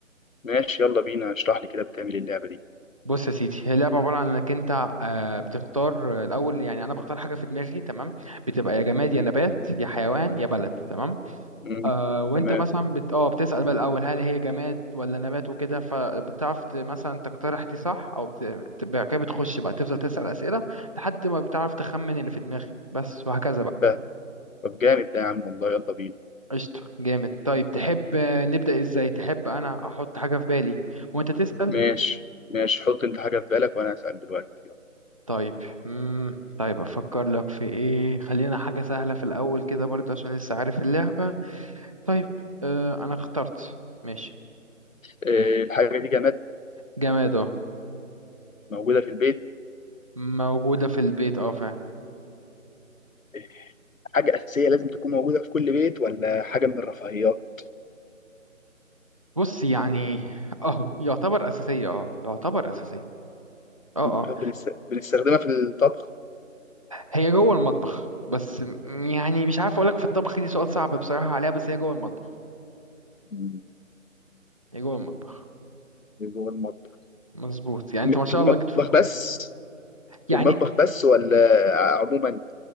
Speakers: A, on the left; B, on the right.
A: ماشي يلا بينا اشرح لي كده بتعمل إيه اللعبة دي
B: بص يا سيدي هي لعبه عباره عن انك انت آه، بتختار آه، الاول يعني انا بختار حاجه في دماغي تمام بتبقى يا جماد
A: مم.
B: يا نبات يا حيوان يا بلد تمام
A: مم.
B: آه وانت
A: تمام
B: مثلا بت... اه بتسأل بقى الأول هل هي جماد ولا نبات وكده فبتعرف ت- مثلا تقترح دي صح أو بت... بت- بعد كده بتخش بقى تفضل تسأل أسئلة لحد ما بتعرف تخمن اللي في دماغي بس وهكذا بقى
A: فاهم طب جامد ده يا عم والله يلا بينا
B: قشطة جامد طيب تحب آه، نبدأ ازاي تحب أنا أحط حاجة في بالي وانت تسأل
A: ماشي ماشي حط انت حاجة في بالك وانا هسأل دلوقتي يلا.
B: طيب مم. طيب أفكر لك في ايه خلينا حاجة سهلة في الأول كده برضه عشان لسه عارف اللعبة طيب آه أنا اخترت ماشي
A: آه، الحاجة دي جماد
B: جماد اه
A: موجودة في البيت
B: موجودة في البيت اه فعلا
A: آه، حاجة أساسية لازم تكون موجودة في كل بيت ولا حاجة من الرفاهيات
B: بص يعني اه يعتبر اساسيه اه يعتبر اساسيه اه اه
A: طب بنست- بنستخدمها في الطبخ
B: هي جوه المطبخ بس م- يعني مش عارف اقول لك في الطبخ دي سؤال صعب بصراحه عليها بس هي جوه المطبخ
A: مم.
B: هي جوه المطبخ
A: جوه المطبخ
B: مظبوط يعني
A: م-
B: انت ما شاء
A: في المطبخ
B: الله جيت في الكون
A: بس
B: يعني
A: في المطبخ بس ولا عموما